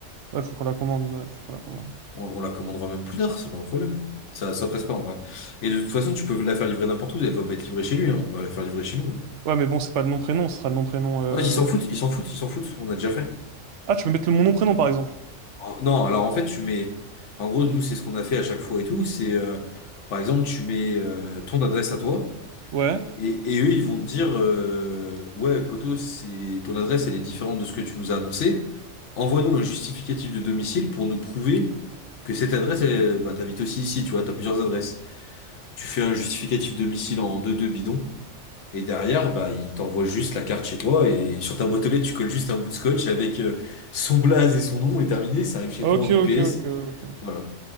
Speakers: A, on the right; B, on the left.
A: Ouais, faut qu'on la commande, ouais, faut qu'on la commande.
B: On, on la commandera même plus tard, c'est pas un problème. Ça, ça presse pas, en vrai. Et de toute façon, tu peux la faire livrer n'importe où. Elle va pas être livrée chez lui, hein. On va la faire livrer chez nous. hein.
A: Ouais, mais bon, c'est pas le nom prénom, ce sera le nom prénom. euh,
B: Ah, ils s'en foutent, ils s'en foutent, ils s'en foutent, on a déjà fait.
A: Ah, tu peux mettre le, mon nom prénom par exemple.
B: En- non, alors en fait, tu mets. En gros, nous, c'est ce qu'on a fait à chaque fois et tout. C'est euh, par exemple, tu mets euh, ton adresse à toi.
A: Ouais.
B: Et, et eux, ils vont te dire euh, Ouais, poto, c'est ton adresse, elle est différente de ce que tu nous as annoncé. Envoie-nous un justificatif de domicile pour nous prouver que cette adresse, elle, bah, t'habites aussi ici, tu vois, t'as plusieurs adresses. Tu fais un justificatif domicile en deux 2 bidon. Et derrière, bah, il t'envoie juste la carte chez toi et sur ta boîte aux lettres, tu colles juste un bout de scotch avec euh, son blaze et son nom et terminé, ça arrive chez
A: Ok,
B: toi en
A: ok,
B: UPS.
A: ok, ok.
B: Voilà.